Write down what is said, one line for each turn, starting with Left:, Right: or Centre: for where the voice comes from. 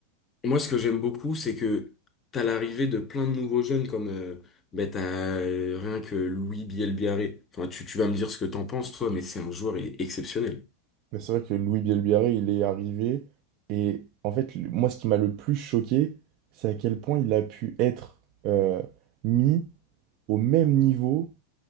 Left: moi, ce que j'aime beaucoup, c'est que t'as l'arrivée de plein de nouveaux jeunes comme, euh, bah, t'as euh, rien que Louis Bielbiaré. Enfin, tu, tu vas me dire ce que t'en penses, toi, mais c'est un joueur, il est exceptionnel.
Right: Mais c'est vrai que Louis Bielbiarré, il est arrivé. Et en fait, le- moi, ce qui m'a le plus choqué, c'est à quel point il a pu être euh, mis au même niveau